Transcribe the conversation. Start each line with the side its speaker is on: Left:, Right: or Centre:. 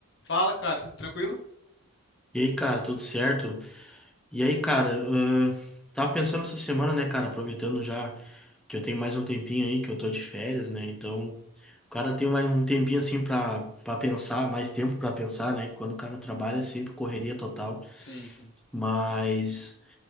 Left: Fala, cara, tudo tranquilo?
Centre: E aí, cara, tudo certo? E aí, cara, ahn, tava pensando essa semana, né, cara, aproveitando já que eu tenho mais um tempinho aí, que eu tô de férias, né? Então, o cara tem mais um tempinho assim pra, pra pensar, mais tempo pra pensar, né? Quando o cara trabalha é sempre correria total.
Left: Sim, sim.
Centre: Mas